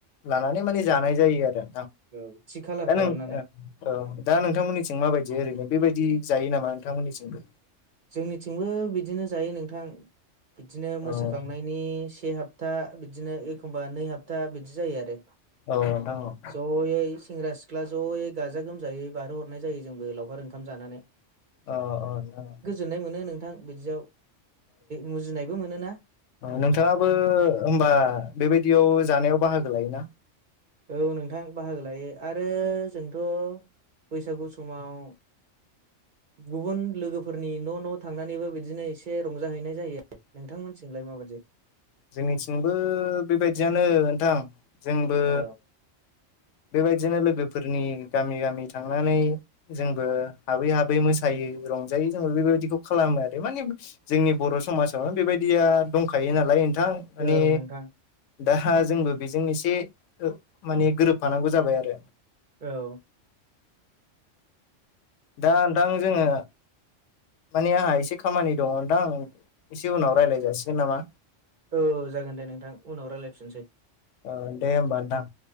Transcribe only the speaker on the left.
लानानै माने जानाय जायो आरो
ना <unintelligible> दा नोंथांमोननिसिं माबायदि ओरैनो बेबायदि जायो नामा नोंथांमोननिसिंबो
अ
औ नोंथां औ
अ अ नोंथां औ
नोंथाङाबो होमबा बेबायदियाव जानायाव बाहागो लायोना
जोंनिथिंबो बेबायदियानो नोंथां जोंबो
बेबायदिनो लोगोफोरनि गामि गामि थांनानै जोंबो हाबै हाबै मोसायो रंजायो जों बेबायदिखौ खालामो आरो माने जोंनि बर' समाजावनो बेबायदिया दंखायो नालाय बिथां माने
दा जोंबो बेजों एसे माने गोरोब फानांगौ जाबाय आरो
दा नोंथां जोङो माने आंहा एसे खामानि दङ दां आं एसे उनाव राय्लाय जासिगोन नामा
अ दे होमबा नोंथां